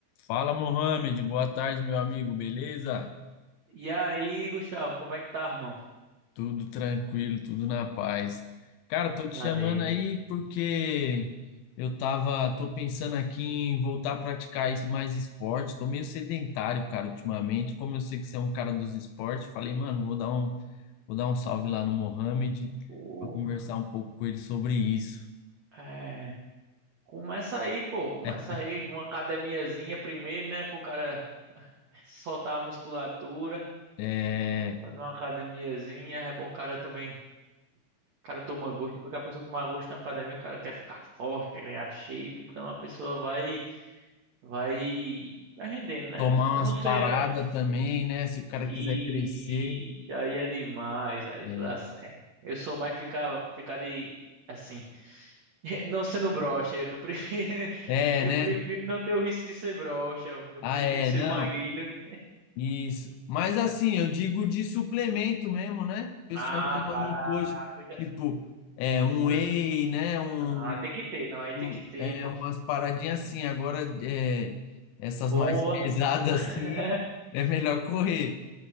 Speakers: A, on the left; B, on the right.
A: Fala, Mohamed. Boa tarde, meu amigo. Beleza?
B: E aí, Gustavo, como é que tá, irmão?
A: Tudo tranquilo, tudo na paz. Cara,
B: Graças
A: tô te
B: a
A: chamando
B: Deus.
A: aí porque eu tava, tô pensando aqui em voltar a praticar es- mais esporte. Tô meio sedentário, cara, ultimamente. Como eu sei que você é um cara dos esportes, falei, mano, vou dar um, vou dar um salve lá no Mohamed
B: Porra,
A: para conversar um pouco com ele sobre isso.
B: é... Começa aí, pô. Começa
A: <laughs>
B: aí com uma academiazinha primeiro, né? Pro cara <laughs> soltar a musculatura.
A: É,
B: Fazer uma academiazinha. É bom o cara também... O cara toma gosto. Porque a pessoa tomar gosto na academia, o cara quer ficar forte, quer ganhar shape. Então a pessoa vai... Vai... Vai rendendo, né?
A: tomar
B: Eu
A: umas
B: não
A: paradas
B: sei...
A: também, né? Se o cara
B: Ixi,
A: quiser crescer.
B: aí é demais, aí
A: É,
B: não dá certo. Eu sou mais ficar, ficar de, assim, <laughs> não sendo broxa. Eu prefiro, <laughs>
A: É,
B: eu
A: né?
B: prefiro não ter o risco de ser broxa. Eu
A: Ah,
B: prefiro
A: é,
B: ser
A: não,
B: magrinho do que...
A: isso. Mas assim, eu digo de suplemento mesmo, né? O pessoal
B: Ah,
A: toma
B: cara,
A: muito hoje,
B: eu já,
A: tipo, é, um
B: eu-
A: whey, né? Um,
B: Ah, tem que ter, não, aí
A: um-
B: tem que ter,
A: é,
B: pô.
A: umas paradinhas assim. Agora, é, essas
B: Bomba.
A: mais <laughs> pesadas
B: <laughs>
A: assim, é melhor correr.